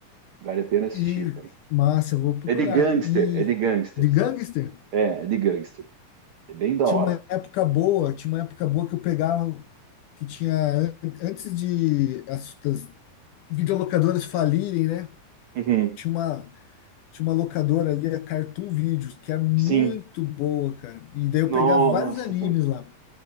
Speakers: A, on the right; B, on the left.
A: Vale a pena assistir,
B: e
A: cara.
B: massa, eu vou procurar.
A: É de gangster,
B: E
A: é de gangsters.
B: de Gangster?
A: É, é de gangster. É bem da
B: tinha
A: hora.
B: uma época boa, tinha uma época boa que eu pegava, que tinha, an- antes de as, das videolocadoras falirem, né?
A: Uhum.
B: Tinha uma, tinha uma locadora ali, a Cartoon Videos, que era muito
A: Sim.
B: boa, cara. E daí eu
A: Nossa,
B: pegava vários animes
A: cara.
B: lá.